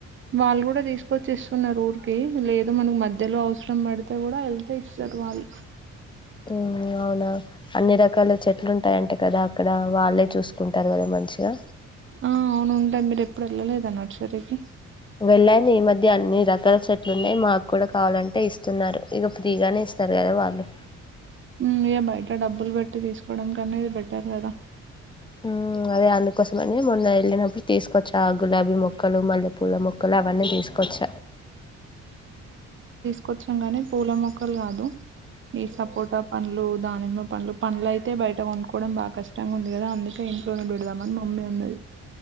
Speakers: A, on the right; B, on the left.
A: వాళ్ళు గూడ తీసుకొచ్చి ఇస్తున్నారు ఊరికి లేద్ దు మనకు మధ్యలో అవసరం పడితే కూడా వెళ్తే ఇస్తరు వాళ్ళు.
B: మ్మ్ అవునా అన్ని రకాల చెట్లు ఉంటాయంట కదా అక్కడ వాళ్ళే చూసుకుంటారు కదా మంచిగా‌.
A: ఆ అవును ఉంటది మీరె ప్పుడు ఎళ్ళలేదా నడ్చరికి
B: వెళ్ళాను ఈ మధ్య అన్ని రకాల చెట్లు ఉన్నాయి మాకు కూడ కావాలం టే ఇస్తున్నారు ఇగ ఫ్రీగానే ఇస్తారు కదా వాళ్ళు.
A: హ్మ్ <unintelligible> ట్ల డబ్బులు పెట్టి తీసుకోవడం కన్న ఇది బెటర్ కదా.
B: మ్మ్ అదే అందుకోసమని మొన్న వెళ్ళినప్పుడు తీసుకొచ్చా ఆ గులాబీ మొక్కలు, మల్లె పూల మొ క్కలు అవన్నీ తీసుకొచ్చ.
A: కొచ్చం గాని పూల మొక్కలు కాదు. ఈ సపోట పండ్లు, దానిమ్మ పండ్లు, పండ్లు అయితే బయట కొన్కోవడం బాగ కష్టంగా ఉంది కదా, అందుకే ఇంట్లోనే పెడుదం అని మమ్మీ అన్నది.